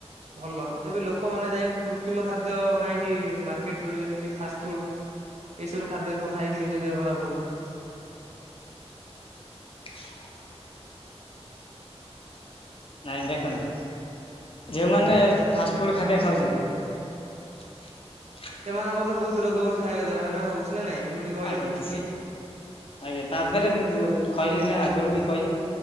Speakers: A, on the right; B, on the left.
A: ଭଲ ତେବେ ଲୋକମାନେ ଯାଇକି କୃତ୍ରିମ ଖାଦ୍ୟ କାହିଁକି ମାର୍କେଟରୁ ଯେମିତି ଫାଷ୍ଟଫୁଡ଼। ଏଇ ସବୁ ଖାଦ୍ୟ ସବୁ ଖାଇକି ନିଜ ଦେହ ଖରାପ କରୁଛନ୍ତି?
B: <inaudible> ନାଇଁ ଦେଖନ୍ତୁ ଯେଉଁମାନେ ଫାଷ୍ଟଫୁଡ଼୍ ଖାଦ୍ୟ ଖାଉଛନ୍ତି। <inaudible>
A: ସେମାନଙ୍କର ତ ବହୁତ ରୋଗ ହଉଛି ଖାଇବା ଦ୍ଵାରା ହଉଛି। ନା ନାଇଁ ଯେମିତି କହିଲେ
B: ଆଜ୍ଞା
A: ପୃଷ୍ଟି
B: ସେ ଆଜ୍ଞା ତା ଦେହରେ ମୁଁ କହିଲି ନା ଆଗରୁ ବି କହିଲି।